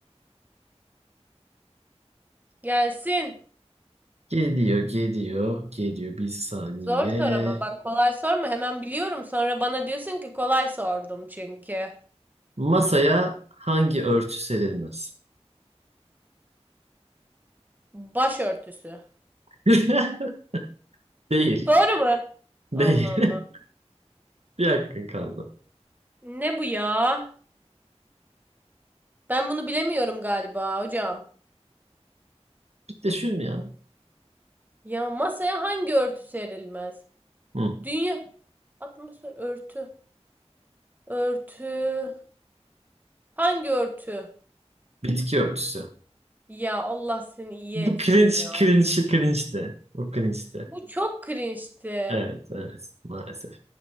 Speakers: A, on the right; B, on the right.
A: Gelsin.
B: geliyor, geliyor, geliyor. Bir saniye.
A: Zor Çok sor ama bak kolay sorma hemen biliyorum sonra bana diyorsun ki kolay sordum çünkü.
B: Masaya hangi örtü serilmez?
A: Başörtüsü.
B: <laughs> Değil,
A: Doğru mu?
B: değil.
A: Allah Allah.
B: <laughs> Bir hakkın kaldı.
A: Ne bu ya? Ben bunu bilemiyorum galiba hocam.
B: Bir de şunu ya.
A: Ya masaya hangi örtü serilmez?
B: Hı,
A: Dünya atmosfer örtü. Örtü. Hangi örtü?
B: bitki örtüsü.
A: Ya Allah seni iyi
B: Bu
A: etsin
B: cringe,
A: ya.
B: cringe, cringe de Bu cringe'ti.
A: Bu çok cringe'ti.
B: Evet, evet. Maalesef.